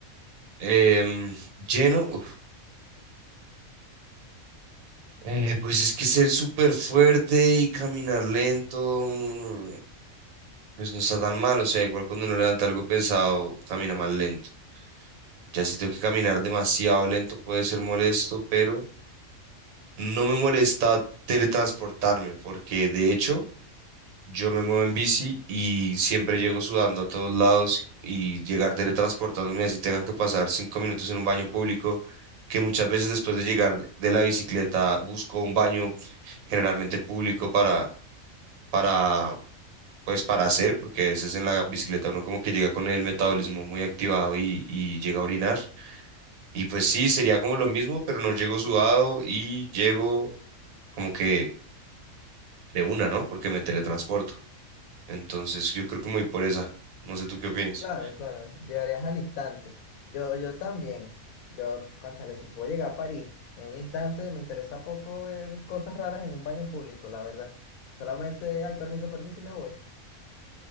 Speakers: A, on the right; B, on the left.
A: Em, lleno. uf. Eh, pues es que ser súper fuerte y caminar lento. mm, Pues no está tan mal, o sea, igual cuando uno levanta algo pesado, camina más lento. Ya si tengo que caminar demasiado lento puede ser molesto, pero no me molesta teletransportarme, porque de hecho yo me muevo en bici y siempre llego sudando a todos lados y llegar teletransportándome así tengan que pasar cinco minutos en un baño público, que muchas veces después de llegar de la bicicleta busco un baño generalmente público para, para pues para hacer, porque a veces en la bicicleta uno como que llega con el metabolismo muy activado y, y llega a orinar. Y pues sí, sería como lo mismo, pero no llego sudado y llego como que de una, ¿no? Porque me teletransporto. Entonces yo creo que me voy por esa. No sé tú qué opinas.
B: Claro, claro, llegarías al instante. Yo, yo también. Yo, cónchale, si puedo llegar a París en un instante, me interesa poco ver cosas raras en un baño público, la verdad. Solamente hay permiso, permiso y me voy.